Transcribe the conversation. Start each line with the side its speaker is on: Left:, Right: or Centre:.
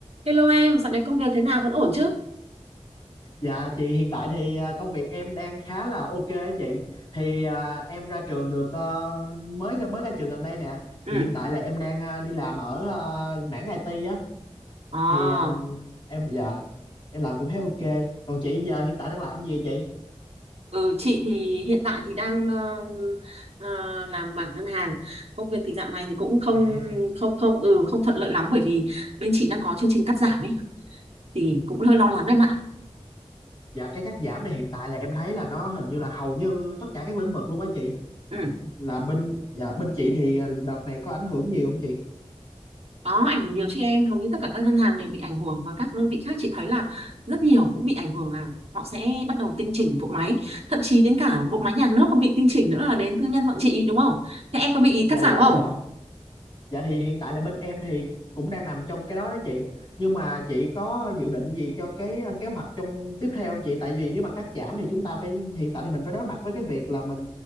Right: Hello em, dạo này công việc thế nào vẫn ổn chứ?
Left: Dạ chị hiện tại thì à, công việc em đang khá là ok á chị. Thì à, em ra trường được ờ, mới ra- mới ra trường gần đây nè.
Right: Ừ.
Left: Thì hiện tại là em đang à, đi làm ở ờ, mảng IT á.
Right: À,
Left: Thì à, em dạ em làm cũng thấy ok. Còn chị giờ hiện tại đang làm gì vậy chị?
Right: ừ, chị thì hiện tại thì đang ờ, ờ, làm bảng ngân hàng. Công việc thì dạo này thì cũng không
Left: À
Right: không không ừ không thuận lợi lắm bởi vì bên chị đang có chương trình cắt giảm ấy thì cũng hơi lo lắng em ạ.
Left: dạ cái cắt giảm này hiện tại là em thấy là nó hình như là hầu như tất cả các lĩnh vực luôn á chị.
Right: Ừ.
Left: Ờ, Là bên dạ bên chị thì à, đợt này có ảnh hưởng nhiều không chị?
Right: Có ảnh hưởng nhiều chứ em, hầu như tất cả các ngân hàng đều bị ảnh hưởng và các đơn vị khác chị thấy là rất nhiều cũng bị ảnh hưởng là họ sẽ bắt đầu tinh chỉnh bộ máy, thậm chí đến cả bộ máy nhà nước còn bị tinh chỉnh nữa là đến tư nhân bọn chị đúng không? Thế em có bị
Left: Dạ
Right: cắt giảm
Left: dạ
Right: không?
Left: dạ. Dạ thì hiện tại là bên em thì cũng đang nằm trong cái đó đó chị. Nhưng mà chị có dự định gì cho cái ờ, kế hoạch trong tiếp theo không chị? Tại vì nếu mà cắt giảm thì chúng ta phải hiện tại thì mình phải đối mặt với cái việc là mình